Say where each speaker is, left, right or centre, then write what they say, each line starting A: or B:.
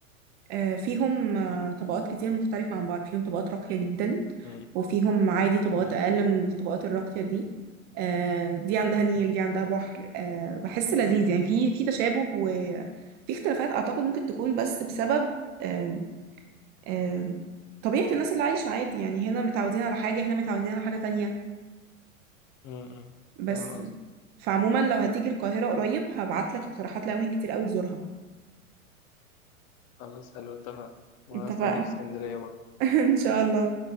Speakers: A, on the right; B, on the left.
A: آه، فيهم آه،
B: م-
A: طبقات كتير مختلفة عن بعض فيهم طبقات راقية جدا
B: م-
A: وفيهم عادي طبقات
B: م-
A: أقل من الطبقات الراقية دي آه، دي عندها نيل
B: م-
A: دي عندها بحر آه، بحس لذيذ يعني في في تشابه وفي اختلافات أعتقد ممكن تكون بس بسبب آم، آم، طبيعة الناس اللي عايشة عادي يعني هنا متعودين على حاجة هنا متعودين على حاجة تانية
B: م- م.
A: بس
B: فاهم قصدي
A: فعموما لو هتيجي القاهرة قريب هبعتلك اقتراحات لأماكن كتير أوي تزورها
B: خلاص حلو اتفقنا وانا
A: اتفقنا
B: استنيك في اسكندريه برضه
A: <laughs> إن شاء الله